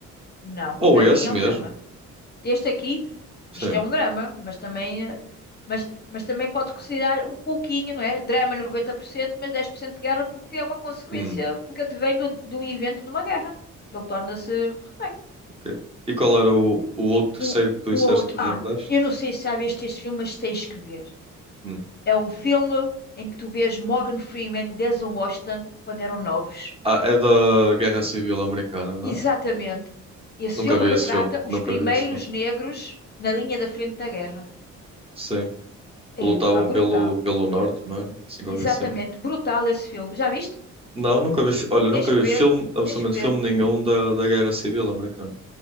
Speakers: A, on the left; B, on the right.
A: Não,
B: Ou
A: para
B: esse
A: mim é
B: mesmo,
A: um drama. Este aqui,
B: sim.
A: isto é um drama, mas também, eh, mas, mas também pode considerar um pouquinho, não é? Drama 90%, mas 10% de guerra porque é uma consequência,
B: Hum,
A: porque advém de um, de um evento de uma guerra. Ele torna-se refém.
B: ok. E qual era o, o outro terceiro
A: O,
B: que tu disseste
A: o outro,
B: que te
A: ah,
B: lembraste?
A: eu não sei se já viste este filme, mas tens que ver.
B: Hum.
A: É um filme em que tu vês Morgan Freeman, Denzel Washington, quando eram novos.
B: Ah, é da Guerra Civil Americana, não
A: Exatamente.
B: é?
A: Esse
B: Nunca
A: filme
B: vi
A: retrata
B: esse filme,
A: os
B: nunca
A: primeiros
B: vi esse filme.
A: negros na linha da frente da guerra.
B: Sim, que lutavam
A: Epá, brutal.
B: pelo, pelo norte, não era? Assim qualquer
A: Exatamente,
B: cena.
A: brutal esse filme. Já viste?
B: Não, nunca vi, fi- olha, nunca
A: Tens que
B: vi filme,
A: ver,
B: absolutamente
A: tens que
B: filme
A: ver.
B: nenhum da, da Guerra Civil Americana.